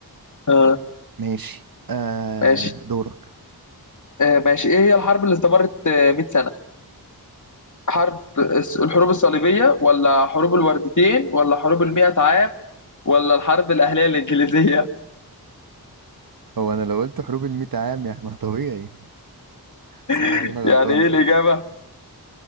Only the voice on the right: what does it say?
ماشي آه
دورك
هو انا لو قلت حروب الميت عام يعني ما طبيعي صح
ولا انا غلطان